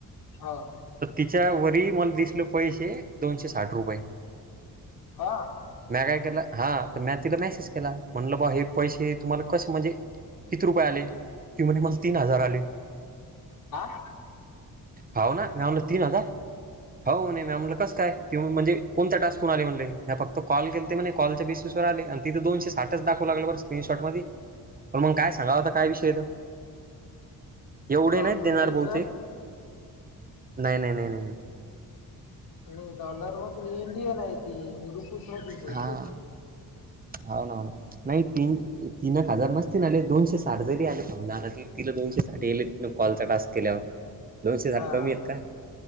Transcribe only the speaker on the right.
तर तिच्या वरी मला दिसले पैसे दोनशे साठ रुपये
म्या काय केलं, हा तर मी तिला मेसेज केला, म्हणलं बा हे पैसे तुम्हाला कसे म्हणजे? किती रुपये आले? ती म्हणते मला तीन हजार आले.
हव ना मॅ म्हणलं तीन हजार? हो म्हणी, मी म्हणलं कस काय? ती म्हणजे कोणत्या टास्क होून आले म्हणले? म्या फक्त कॉल केलते म्हणे कॉलच्या बेसि स आणि तिथ दोनशे साठच दावू लागले बर स्क्रीनशॉट मध्ये बर मग काय हा तर आता काय विषयेत? एवढे
नाहीत देणार
बहुतेक
नाही नाही नाही
हा
हो ना, नाही तीन तीनक हजार म दोनशे साठ जरी आले, समजा तिला दोनशे साठ येयेले तिला कॉलचा टास्क केल्यावर दोनशे साठ
कमी आहेत का?